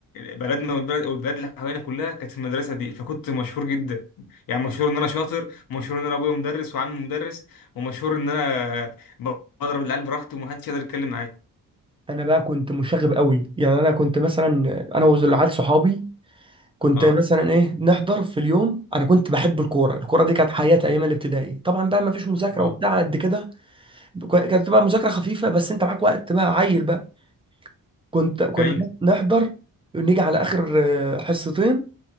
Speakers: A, on the left; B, on the right.
A: بلدنا والبلد والبلاد اللي حوالينا كلها كانت في المدرسه دي فكنت مشهور جدا يعني مشهور ان انا شاطر ومشهور ان انا ابويا مدرس وعمي مدرس ومشهور ان انا بضرب العيال براحتي ومحدش يقدر يتكلم معايا
B: انا بقى كنت مشاغب قوي يعني انا كنت مثلا انا والعيال صحابي كنت
A: اه
B: مثلا ايه نحضر في اليوم انا كنت بحب الكوره الكوره دي كانت حياتي ايام الابتدائي طبعا بقى ما فيش مذاكره
A: اه
B: وبتاع قد كده كانت بقى مذاكره خفيفه بس انت معاك وقت بقى عيل بقى كنت كنا
A: ايوه
B: نحضر نيجي على اخر آه، حصتين